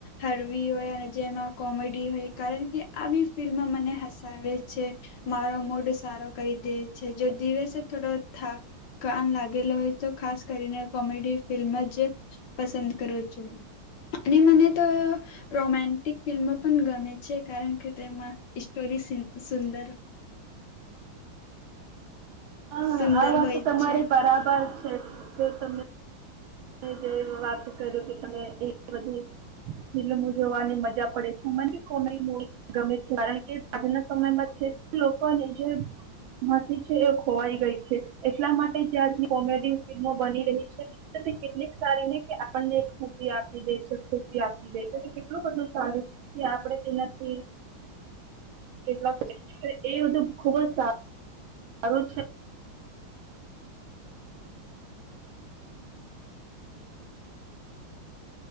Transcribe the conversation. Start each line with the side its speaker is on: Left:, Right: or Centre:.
Left: હરવી હોય અને જેમાં કોમેડી હોય કારણ કે આવી ફિલ્મ મને હસાવે છે મારો મૂડ સારો કરી દે છે જો દિવસે થોડો થાકાન લાગેલો હોય તો ખાસ કરીને કોમેડી ફિલ્મ જ પસંદ કરું છું અને મને તો રોમેન ટીક ફિલ્મ પણ ગમે છે કારણ કે તેમાં સ્ટોરી સુંદર
Right: હા
Left: સુંદર
Right: આ વાત
Left: હોય
Right: તો તમારે
Left: છે.
Right: બરાબર છે. છે કે તમને જે વાત કર કે તમે એ બધું ફિલ્મો જોવાની મજા પડે છે, કોમેડી મુવી ગમે છે કારણ કે આજના સમયમાં છે લોકોની જે હસી છે એ ખોવાઈ ગઈ છે એટલા માટે જ કોમેડી ફિલ્મો બની રહી છે. કેટલીક સારી નહી કે આપણને ખુશી આપી દે છે ખુશી આપી દે છે કેટલું બધું સારું કે આપડે તેનાથી કેટલા <unintelligible> એ બધું ખુબ જ સારું. <unintelligible> આજનું